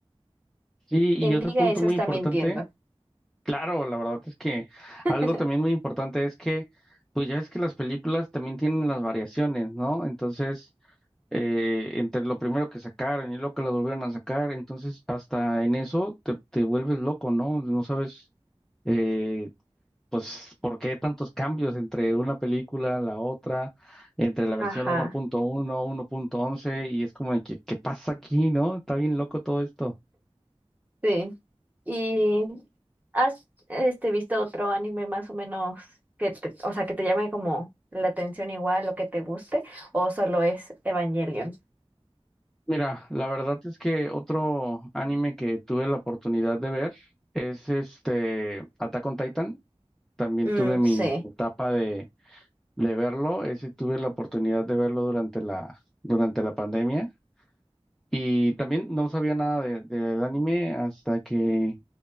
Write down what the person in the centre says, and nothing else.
Sí, y
otro
punto
muy
importante,
claro, la verdad es que
algo también muy importante es que, pues ya es que las películas también tienen las variaciones, ¿no? Entonces, eh, entre lo primero que sacaron y lo que lo volvieron a sacar, entonces hasta en eso te, te vuelves loco, ¿no? No sabes, eh, pues, por qué tantos cambios entre una película, la otra, entre la versión
1.1, 1.11, y es como de que, ¿qué pasa aquí, no? Está bien loco todo esto.
Mira, la verdad es que otro anime que tuve la oportunidad de ver es este Attack on Titan. También
tuve mi
etapa de de verlo. Ese tuve la oportunidad de verlo durante la, durante la pandemia. Y también no sabía nada de- del anime hasta que